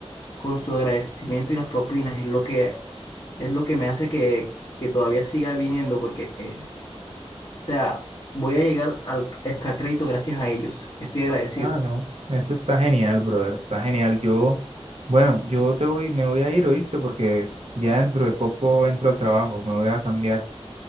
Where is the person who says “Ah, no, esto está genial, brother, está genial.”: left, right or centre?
Right